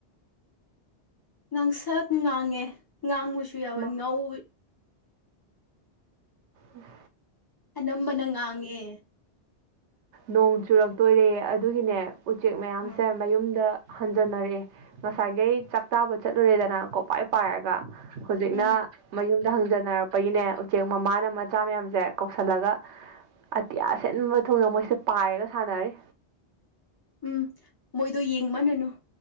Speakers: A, on the left (about 25°); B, on the right (about 85°).
A: ꯅꯪꯁꯥ ꯉꯥꯡꯉꯦ ꯉꯥꯡꯕꯁꯨ ꯌꯥꯎꯋꯦ
B: ꯃꯥ
A: ꯉꯧ
B: ꯎꯝ <unintelligible>
A: ꯑꯅꯝꯕꯅ ꯉꯥꯡꯉꯦ
B: ꯅꯣꯡ ꯆꯨꯔꯛꯇꯣꯏꯔꯦ ꯑꯗꯨꯒꯤꯅꯦ ꯎꯆꯦꯛ ꯃꯌꯥꯝꯁꯦ
A: ꯎꯝ
B: ꯃꯌꯨꯝꯗ ꯍꯟꯖꯟꯅꯔꯛꯑꯦ ꯉꯁꯥꯏꯈꯩ ꯆꯥꯛꯇꯥꯕ ꯆꯠꯂꯨꯔꯦꯗꯅ ꯀꯣ ꯄ ꯄꯥꯏꯔꯒ ꯍꯧꯖꯤꯛꯅ
A: ꯎꯝ
B: ꯃꯌꯨꯝꯗ ꯍꯪꯖꯟꯅꯔꯛꯄꯒꯤꯅꯦ ꯎꯆꯦꯛ ꯃꯃꯥꯅ ꯃꯆꯥ ꯃꯌꯥꯝꯁꯦ ꯀꯧꯁꯤꯜꯂꯒ ꯑꯇꯤꯌꯥ ꯁꯦꯟꯕ ꯊꯨꯡꯅ ꯃꯣꯏꯁꯦ ꯄꯥꯏꯔꯒ ꯁꯥꯟꯅꯔꯤ
A: ꯎꯝ ꯃꯣꯏꯗꯣ ꯌꯦꯡꯃꯅꯅꯨ